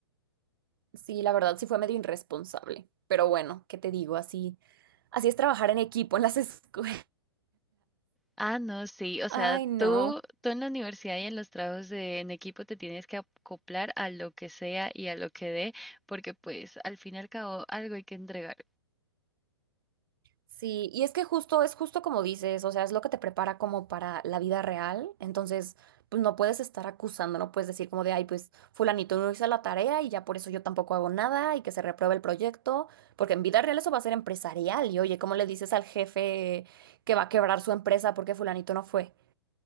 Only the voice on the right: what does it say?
Sí, la verdad sí fue medio irresponsable. Pero bueno, ¿qué te digo? Así. Así es trabajar en equipo en las <laughs> escuelas.
Ay, no.
Sí, y es que justo, es justo como dices, o sea, es lo que te prepara como para la vida real. Entonces, pues no puedes estar acusando, no puedes decir como de, ay, pues fulanito no hizo la tarea y ya por eso yo tampoco hago nada y que se repruebe el proyecto, porque en vida real eso va a ser empresarial. Y oye, ¿cómo le dices al jefe que va a quebrar su empresa porque fulanito no fue?